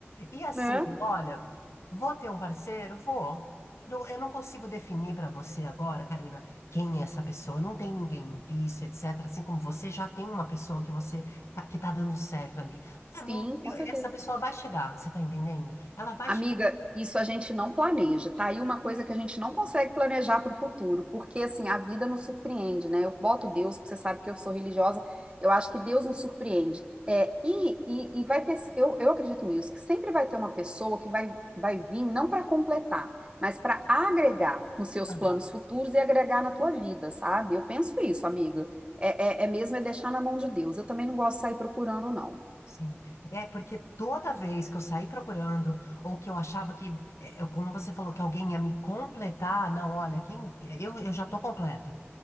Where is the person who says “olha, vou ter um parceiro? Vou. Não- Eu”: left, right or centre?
Left